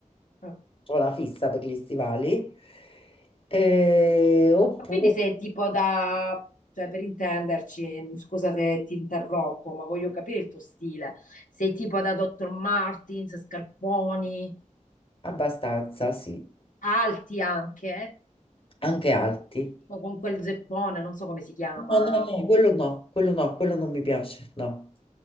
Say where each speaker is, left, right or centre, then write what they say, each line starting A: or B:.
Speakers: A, on the left; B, on the left.
A: mm.
B: ho una fissa per gli stivali, eh, oppure
A: Ma quindi sei tipo da, cioè per intenderci, scusa se ti interrompo, ma voglio capire il tuo stile. Sei tipo da Dr. Martens, scarponi,
B: abbastanza, sì,
A: alti anche?
B: anche alti.
A: tipo con quel zeppone, non so come si chiama.
B: No, no, no. Quello no, quello no, quello non mi piace, no.